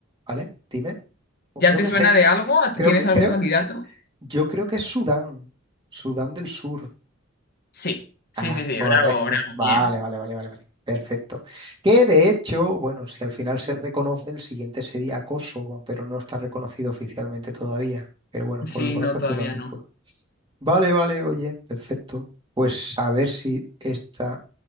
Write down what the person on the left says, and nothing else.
¿Ya
te
suena
de algo?
¿Tienes
algún
candidato?
Sí, sí,
sí, sí,
bravo, bravo,
bien.
Sí,
no,
todavía
no.